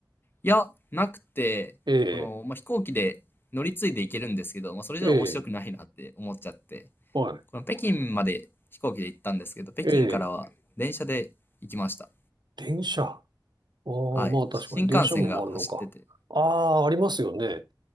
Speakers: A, on the left (about 30°); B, on the right (about 75°).
A: や、なくて、
B: ええ、
A: この、まあ、飛行機で乗り継いで行けるんですけど、まあ、それじゃ面白くないなって思っちゃって、
B: ええ、はい。
A: この北京まで飛行機で行ったんですけど、北京からは電車で行きました。
B: ええ、電車。ああ、
A: はい。
B: まあ確かに電車も回るのか。
A: 新幹線が走ってて、
B: ああ、ありますよね。